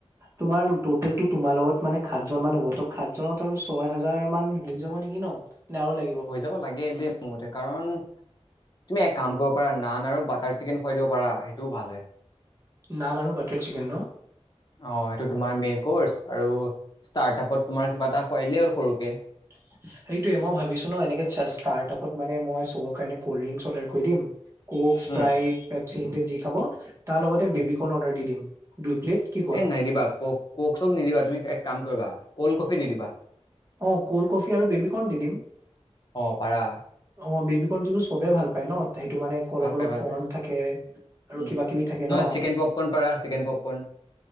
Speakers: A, on the right; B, on the left.
A: তোমাৰ টটেলটো তোমাৰ লগত মানে সাতজন মান হ'ব ত' সাতজনত আৰু ছয় হাজাৰ মান হৈ যাব নেকি ন? নে আৰু লাগিব?
B: হৈ যাব লাগে দেই মোৰ মতে কাৰণ তুমি এক কাম কৰিব পাৰা নান আৰু বাটাৰ চিকেন খুৱাই দিব পাৰা সেইটোও ভাল হয়।
A: নান আৰু ৱাটাৰ চিকেন ন
B: অ' এইটো তোমাৰ মেইন কৰ্চ আৰু ষ্টাৰ্টাপত তোমাৰ কিবা এটা খোৱাই দিলেই হ'ল সৰুকে।
A: <inaudible> সেইটোৱে মই ভাবিছো ন' এনেক ষ্টাৰ্টপত মানে মই চবৰ কাৰণে কলডিংচ অৰ্ডাৰ কৰি দিম। কক স্প্ৰাইট
B: উম
A: পেপচি সিহঁতে যি খাব তাৰ লগতে
B: উম
A: বেবিকৰ্ণ অৰ্ডাৰ দি দিম দুই প্লেট। কি কোৱা
B: এ নাইদিবা ক- ক'ক চক নিদিবা তুমি এক কাম কৰিবা কল্ড কফি দি দিবা।
A: অ' কোল্ড কফি আৰু বেবি কৰ্ণ দি দিম।
B: অ পাৰা
A: অ' বেবি কৰ্ণতো টো চবেই ভাল পায় ন। সেইটো মানে অলপ
B: ভাল
A: অলপ
B: পায়, ভাল
A: কৰ্ণ
B: পায়।
A: থাকে আৰু
B: উম,
A: কিবা কিবি থাকে
B: নহয়
A: ন
B: চিকেন পপকৰ্ণ পাৰা, চিকেন পপকৰ্ণ